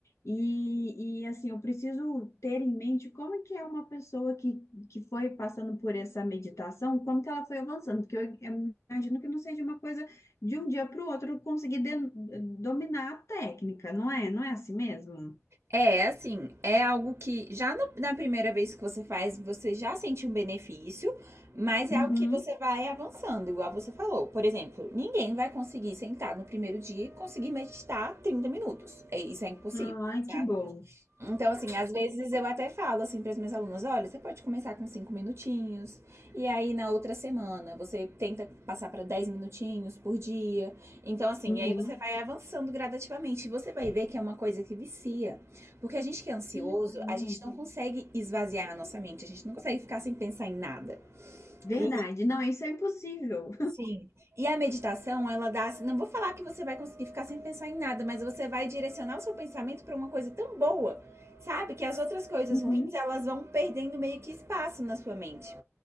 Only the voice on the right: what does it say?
É, assim, é algo que já no- na primeira vez que você faz, você já sente um benefício, mas é
algo que você vai avançando, igual você falou. Por exemplo, ninguém vai conseguir sentar no primeiro dia e conseguir meditar 30 minutos. É, isso é impossível,
sabe?
Então, assim, às vezes eu até falo assim para as minhas alunas, olha, você pode começar com cinco minutinhos, e aí na outra semana você tenta passar para 10 minutinhos por dia. Então, assim,
e aí você vai avançando gradativamente. E você vai ver que é uma coisa que vicia. Porque a gente que é ansioso,
a gente não consegue esvaziar a nossa mente, a gente não consegue ficar sem pensar em nada.
E,
Sim. E a meditação, ela dá, assim, não vou falar que você vai conseguir ficar sem pensar em nada, mas você vai direcionar o seu pensamento para uma coisa tão boa, sabe? Que as outras coisas
ruins, elas vão perdendo meio que espaço na sua mente.